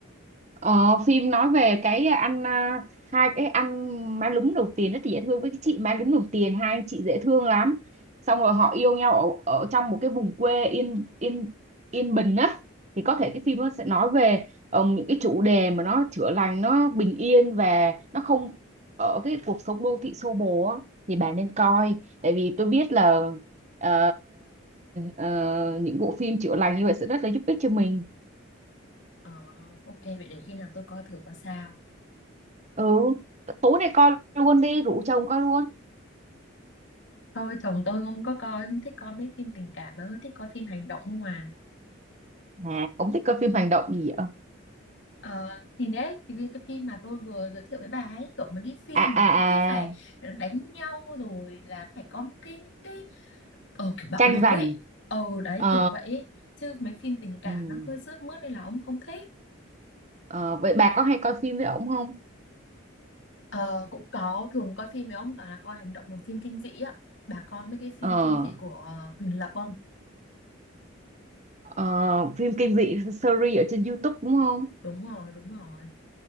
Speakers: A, on the right; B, on the left.
A: Ờ, phim nói về cái anh à, hai cái anh má lúm đầu tiền rất dễ thương với cái chị má lúm đầu tiền hai anh chị dễ thương lắm xong rồi họ yêu nhau ở, ở trong một cái vùng quê yên yên yên bình á thì có thể cái phim nó sẽ nói về ờ, những cái chủ đề mà nó chữa lành nó bình yên và nó không ở cái cuộc sống đô thị xô bồ á thì bạn nên coi tại vì tôi biết là ờ, ờ, những bộ phim chữa lành như vậy sẽ rất là giúp ích cho mình
B: Ờ ok vậy để khi nào tôi coi thử coi sao
A: ừ tối nay coi luôn đi rủ chồng coi luôn
B: Thôi chồng tôi không có coi không thích coi mấy phim tình cảm mà hơi thích coi phim hành động không à
A: à ông thích coi phim hành động gì vậy
B: Ờ, thì đấy thì cái cái phim mà tôi vừa giới thiệu với bà ấy kiểu mấy cái phim
A: à à
B: mà nó cứ phải
A: à
B: đánh nhau rồi là phải có một cái những cái ờ kiểu bạo
A: tranh
B: lực
A: giành
B: ấy ờ đấy
A: ờ
B: kiểu vậy ấy. chứ mấy phim tình cảm
A: ừ.
B: nó hơi sướt mướt nên là ông không thích
A: ờ vậy bà có hay coi phim với ổng không
B: ờ cũng có thường coi phim với ông toàn là coi hành động hoặc phim kinh dị á bà coi mấy cái phim
A: ờ
B: kinh dị của ờ, Huỳnh Lập không
A: ờ phim kinh dị series ở trên YouTube đúng không
B: đúng rồi đúng rồi